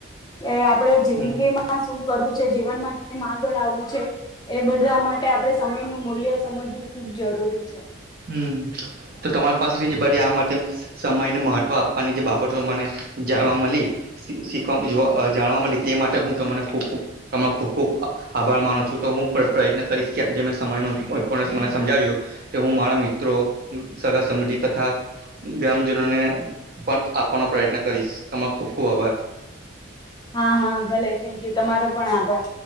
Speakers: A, on the left; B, on the right.
A: કે આપણે જિંદગીમાં
B: હમ
A: શું કરવું છે જીવનમાં કેમ આગળ આવવું છે એ બધા માટે આપડે સમય નું મૂલ્ય સમજવું ખુબ જરૂરી છે
B: હમ તો તમારી પાસેથી જે આ માટે સમય ને મહત્વ આપ મહત્વ આપવાની જે બાબતો મને જાણવા મળી શીખવા જોવા જાણવા મળી તે માટે હું તમને ખુબ ખુબ તમારો ખુબ ખુબ આભાર માનું છું તો હું પે પ્રયત્ન કરીશ કે આજે મેં સમયનો <inaudible> મને સમજાવ્યો કે હું મારા મિત્રો સગા સંબંધી તથા ગ્રામજનોને પણ આપવાનો પ્રયત્ન કરીશ તમારો ખુબ ખુબ આભાર
A: હા હા ભલે થેન્ક યુ તમારો પણ આભાર